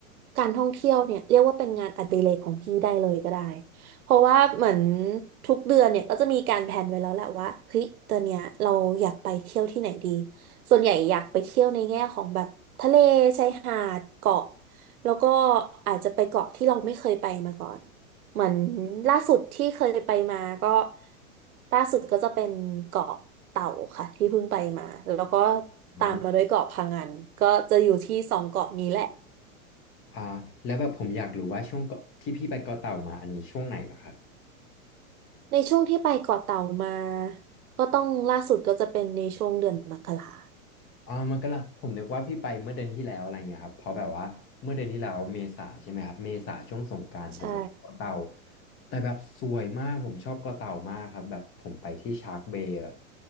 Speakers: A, on the right; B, on the left.
A: การท่องเที่ยวเนี่ยเรียกว่าเป็นงานอดิเรกของพี่ได้เลยก็ได้ เพราะว่าเหมือนทุกเดือนเนี่ยก็จะมีการแผนไว้แล้วแหละว่าเฮ้ยตอนเนี้ยเราอยากไปเที่ยวที่ไหนดี ส่วนใหญ่อยากไปเที่ยวในแง่ของแบบทะเลชายหาดเกาะแล้วก็อาจจะไปเกาะที่เราไม่เคยไปมาก่อน เหมือนล่าสุดที่เคยไปมาก็ล่าสุดก็จะเป็นเกาะเต่าค่ะที่เพิ่งไปมาแล้วก็
B: อ่า
A: ตามมาด้วยเกาะพะงันก็จะอยู่ที่สองเกาะนี้แหละ
B: อ่าแล้วแบบผมอยากรู้ว่าช่วงเกาะที่พี่ไปเกาะเต่ามาอันนี้ช่วงไหนเหรอครับ
A: ในช่วงที่ไปเกาะเต่ามาก็ต้องล่าสุดก็จะเป็นในช่วงเดือนมกรา
B: อ่ามันก็ละผมนึกว่าพี่ไปเมื่อเดือนที่แล้วอะไรเงี้ยครับเพราะแบบว่าเมื่อเดือนที่แล้วเมษาใช่ไหมครับเมษาช่วงสงกรานต์ผมไปเกาะเต่า
A: ใช่
B: แต่แบบสวยมากผมชอบเกาะเต่ามากครับแบบผมไปที่ชาร์กเบย์แบบ